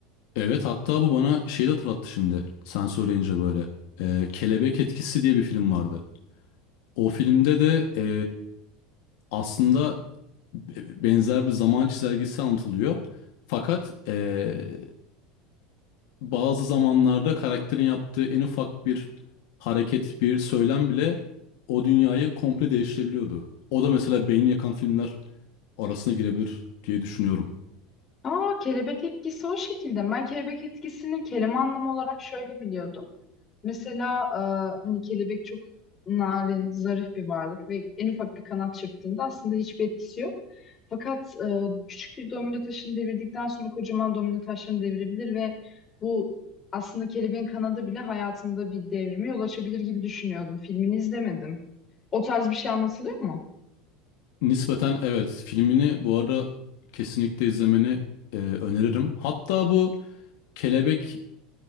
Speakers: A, on the left; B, on the left.
A: Evet hatta bu bana şeyi de hatırlattı şimdi. Sen söyleyince böyle. Ee, Kelebek Etkisi diye bir film vardı. O filmde de e, aslında be- benzer bir zaman çizelgesi anlatılıyor. Fakat e, bazı zamanlarda karakterin yaptığı en ufak bir hareket, bir söylem bile o dünyayı komple değiştirebiliyordu. O da mesela beyin yakan filmler arasına girebilir diye düşünüyorum.
B: Aa, kelebek etkisi o şekilde. Ben kelebek etkisini kelime anlamı olarak şöyle biliyordum. Mesela e, hani kelebek çok narin, zarif bir varlık ve en ufak bir kanat çırptığında aslında hiçbir etkisi yok. Fakat e, küçük bir domino taşını devirdikten sonra kocaman domino taşlarını devirebilir ve bu aslında kelebeğin kanadı bile hayatında bir devrimi yol açabilir gibi düşünüyordum. Filmini izlemedim. O tarz bir şey anlatılıyor mu?
A: Nispeten evet filmini bu arada kesinlikle izlemeni e, öneririm. Hatta bu kelebek